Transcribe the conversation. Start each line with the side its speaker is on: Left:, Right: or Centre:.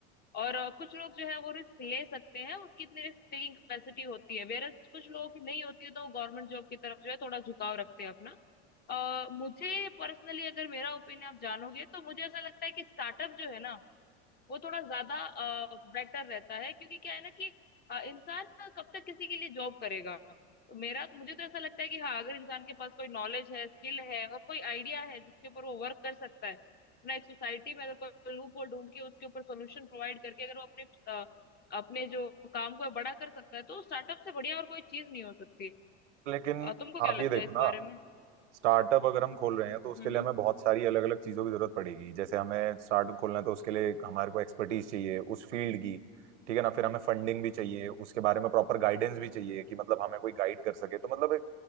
Left: और अ, कुछ लोग जो है वो रिस्क ले सकते हैं उनकी इतनी रिस्क टेकिंग कैपेसिटी होती है वेयर कुछ लोगों की नहीं होती है तो वो गवर्नमेंट जॉब की तरफ जो है थोड़ा झुकाव रखते हैं अपना अ, मुझे पर्सनली अगर मेरा ओपिनियन आप जानोगे तो मुझे ऐसा लगता है कि स्टार्टअप जो है ना वो थोड़ा ज्यादा बेटर रहता है क्योंकि क्या है ना कि अ, इंसान ना कब तक किसी के लिए जॉब करेगा तो मेरा मुझे तो ऐसा लगता है कि हाँ अगर इंसान के पास कोई नॉलेज है स्किल है और कोई आइडिया है जिसके ऊपर वो वर्क कर सकता है अपना एक सोसाइटी में अगर कोई लूप होल ढूंढ के उसके ऊपर सोल्यूशन प्रोवाइड करके अगर वो अपने अ, अपने जो काम को है बड़ा कर सकता है तो स्टार्टअप से बढ़िया और कोई चीज नहीं हो सकती
Right: लेकिन
Left: अ, तुमको क्या
Right: आप
Left: लगता
Right: ये देखो
Left: है इस
Right: ना
Left: बारे में
Right: स्टार्टअप अगर हम खोल रहे हैं तो उसके
Left: हम्म
Right: लिए
Left: हम्म
Right: हमें बहुत सारी अलग अलग चीजों की जरूरत पड़ेगी जैसे हमें स्टार्टअप खोलना है तो उसके लिए हमारे को एक्सपर्टीज चाहिए उस फील्ड की ठीक है ना फिर हमें फंडिंग भी चाहिए उसके बारे में प्रॉपर गाइडेंस भी चाहिए कि मतलब हमें कोई गाइड कर सके तो मतलब एक